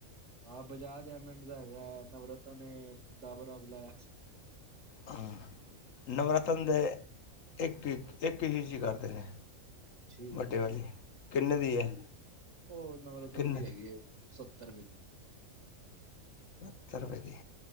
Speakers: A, on the right (about 60°); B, on the left (about 70°).
A: ਆ ਬਜਾਜ ਐਮਡ ਦਾ ਹੈਗਾ, ਨਵਰਤਨ ਏ, ਡਾਬਰ ਆਵਲਾ ਐ।
B: ਹਾਂ। ਨਵਰਤਨ ਦੇ ਏੱਕ-ਏੱਕ, ਏੱਕ <unintelligible> ਕਰਦੇ ਨੇ।
A: ਠੀਕ
B: ਵੱਡੇ
A: ਏ।
B: ਵਾਲੀ ਕਿੰਨੇ ਦੀ
A: ਠੀਕ।
B: ਹੈ
A: ਓ ਨਵਰਤਨ
B: ਕਿੰਨੇ
A: ਦੀ ਹੈਗੀ ਏ। ਸੱਤਰ ਰਪਏ ਦੀ।
B: ਸੱਤਰ ਰਪਏ ਦੀ।